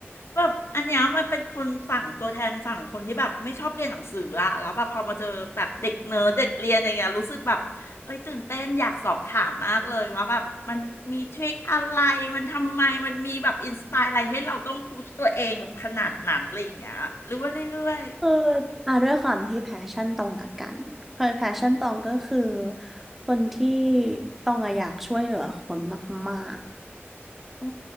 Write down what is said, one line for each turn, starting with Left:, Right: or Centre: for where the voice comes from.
Left: แบบอันเนี้ยมันเป็นคนฝั่งตัวแทนฝั่งคนที่แบบไม่ชอบเรียนหนังสืออะแล้วแบบพอมาเจอแบบเด็กเนิร์ดเด็กเรียนอย่างเงี้ยรู้สึกแบบเอ้ยตื่นเต้นอยากสอบถามมากเลยว่าแบบมันมีทริคอะไรมันทำไมมันมีแบบอินสปายอะไรให้เราต้องพุชตัวเองแบบขนาดนั้นอะไรอย่างเงี้ยหรือว่าเรื่อย
Centre: คืออ่ะด้วยความที่แพชชั่นตองละกันคือแพชชั่นตองก็คือคนที่ตองอะอยากช่วยเหลือคนมาก
Left: ๆอ